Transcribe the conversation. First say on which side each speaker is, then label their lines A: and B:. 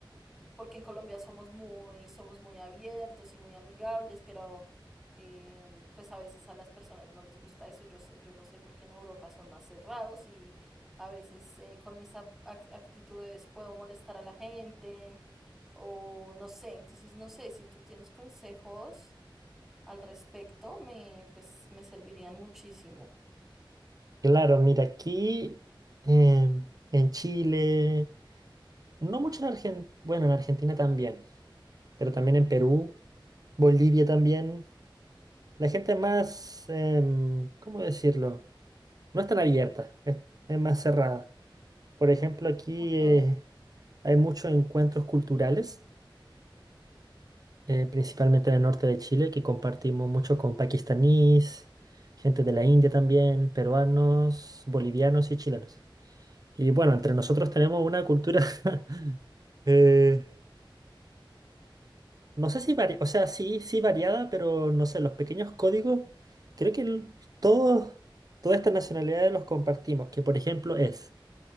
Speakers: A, in the centre; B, on the right.
A: porque en Colombia somos muy, somos muy abiertos y muy amigables, pero em, pues a veces a las personas no les gusta eso. Yo sé, yo lo sé porque en Europa son más cerrados y a veces eh, con mis ap- ac- actitudes puedo molestar a la gente o no sé. Entonces no sé si tú tienes consejos al respecto, me pues me servirían muchísimo.
B: Claro, mira, aquí em, en Chile, no mucho en Argentina, bueno, en Argentina también, pero también en Perú, Bolivia también. La gente es más, em, ¿cómo decirlo? No es tan abierta, es es más cerrada. Por ejemplo, aquí
A: Okay.
B: eh, hay muchos encuentros culturales, eh, principalmente en el norte de Chile, que compartimos mucho con pakistaníes, gente de la India también, peruanos, bolivianos y chilenos. Y bueno, entre nosotros tenemos una cultura, <laughs> eh, no sé si variada, o sea, sí, sí variada, pero no sé, los pequeños códigos, creo que el- todos, todas estas nacionalidades los compartimos, que por ejemplo es,